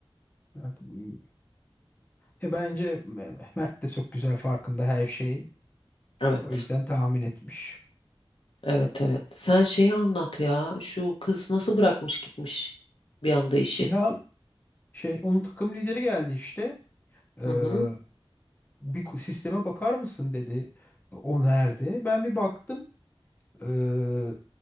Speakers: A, on the left; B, on the left.
A: Yani, E bence Mert de çok güzel farkında her şeyin.
B: Evet.
A: O yüzden tahmin etmiş.
B: Evet evet. Sen şeyi anlat ya. Şu kız nasıl bırakmış gitmiş bir anda işi.
A: Ya şey onun takım lideri geldi işte. Ee,
B: Hı hı.
A: bir ku- sisteme bakar mısın dedi. O nerede? Ben bir baktım. Ee,